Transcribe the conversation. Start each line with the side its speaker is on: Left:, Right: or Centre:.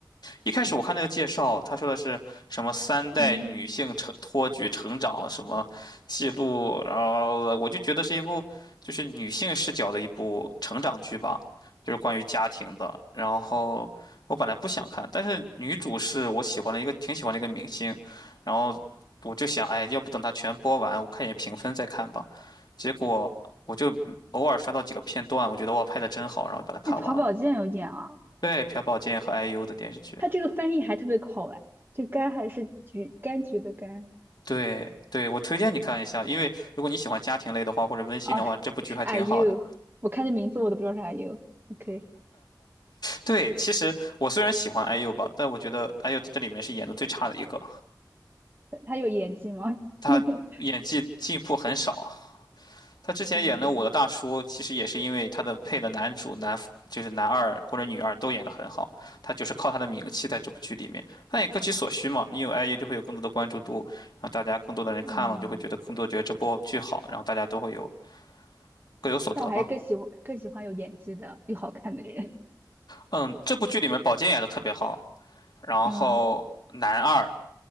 Left: 一开始我看那个介绍，他说的是什么三代女性成托举成长什么记录，
Right: 嗯，
Left: 然后我就觉得是一部就是女性视角的一部成长剧吧，就是关于家庭的。然后我本来不想看，但是女主是我喜欢的一个挺喜欢的一个明星，然后我就想，哎，要不等它全播完，我看一眼评分再看吧。结果我就偶尔刷到几个片段，我觉得哇，拍的真好，然后把它看完了。
Right: 那曹宝剑有点啊，
Left: 对，朴宝剑和 IU 的电视剧。
Right: 他这个翻译还特别好玩，这柑还是橘柑橘的柑。
Left: 对对，我推荐你看一下，因为如果你喜欢家庭类的话，或者温馨的话，
Right: 哦，
Left: 这部剧还挺好的。
Right: 是 Are y o u 我看这名字我都不知道是 Are y o u OK，
Left: 对，其实我虽然喜欢 IU 吧，但我觉得 IU 在这里面是演的最差的一个，
Right: 他他有演技吗？
Left: 他演技进步很少。
Right: <laughs>
Left: 他之前演了《我的大叔》，
Right: 嗯
Left: 其实也是因为他的配的男主男就是男二或者女二都演得很好，他就是靠他的名气在这部剧里面。但也各取所需嘛，你有 IU 就会有更多的关注度，然后大家更多的人看了就会觉得更多觉得这部剧好，
Right: 嗯，
Left: 然后大家都会有各有所得嘛。
Right: 但我还是更喜欢更喜欢有演技的又好看的人。
Left: 嗯，这部剧里面宝剑演的特别好，然后男二、
Right: 嗯啊